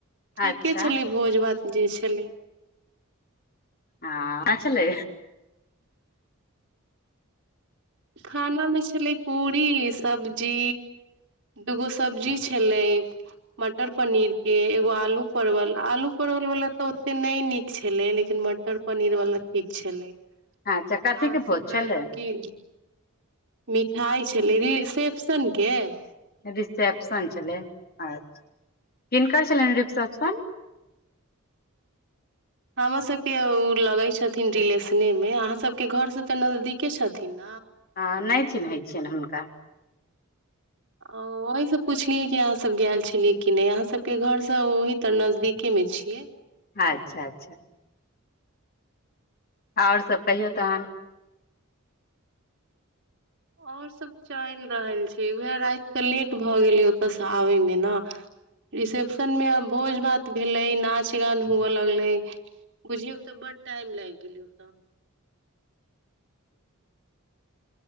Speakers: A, on the right; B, on the left.
A: ठीके
B: अच्छा
A: छले भोज भात जे छलै
B: आ रचले
A: खाना मे छलै पूरी सब्जी दूगो सब्जी छलैय मटर पनीर के एगो आलू परवल आलू परवल वला तऽ से नहि नीक छलै लेकिन मटर पनीर वाला ठीक छलैक
B: अच्छा कथीके
A: आ
B: भोज
A: से
B: छलै
A: दुखी मिठाइ छलै रिसेप्शन के <inaudible>
B: रिसेप्शन छलै अच्छा, किनकर छलनि रिसेप्शन
A: हमर सबकेँ ओ लगै छथिन रिलेशने मे अहाँ सभकेँ घर से तऽ नजदीकेँ छथिन ने
B: हँ नहि चिन्हैत छियनि हुनका
A: ओहि से पुछलियै कि अहाँ सब गेल छलियै कि नहि अहाँ सबकेँ घर से ओहि तर नजदीके मे छियै <unintelligible>
B: अच्छा अच्छा आओर सब कहियौ तहन
A: आओर सभ चलि रहल छै उएह राते लेट भऽ गेलै ओतयसँ आबयमे ने रिसेप्शन मे भोज भात भेलै नाच गान हुअ लगलै बुझियौ तऽ बड्ड टाइम लागि गेलै ओतऽ
B: आ <inaudible>